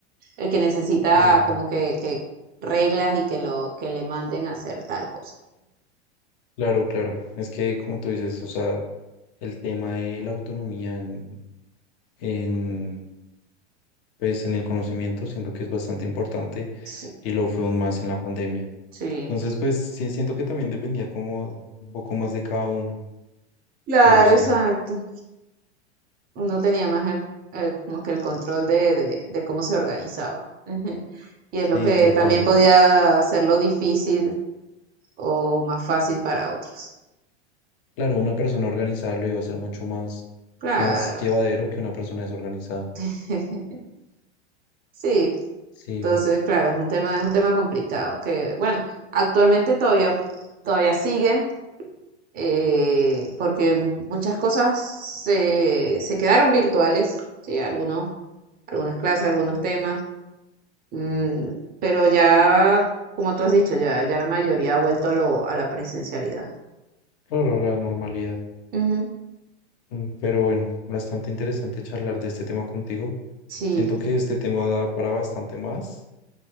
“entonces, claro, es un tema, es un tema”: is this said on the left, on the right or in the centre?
Right